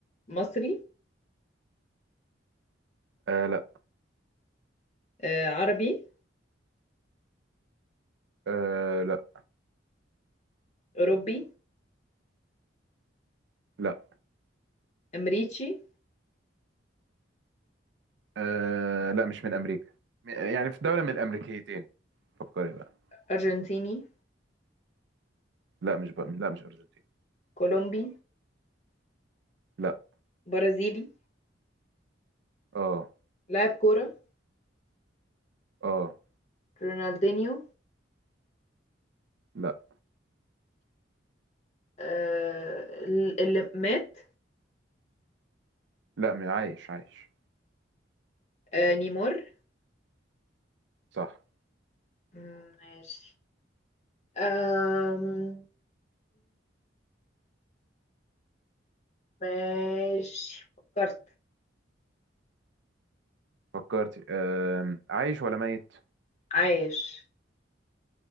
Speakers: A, on the left; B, on the right.
A: مصري
B: آه لا
A: آه عربي
B: آه لا
A: اوروبي
B: لا
A: امريكي
B: آه لا مش من امريكا م- يعني في دولة من الامريكيتين فكري بقى
A: ارجنتيني
B: لا مش بقى لا مش ارجنتين
A: كولومبي
B: لا
A: برازيلي
B: اه
A: لاعب كورة
B: اه
A: رونالدينيو
B: لا
A: آه اللي مات
B: لا م- عايش عايش
A: آه نيمار
B: صح
A: مم، ماشي أم... ماشي فكرت
B: فكرتي آه عايش ولا ميت
A: عايش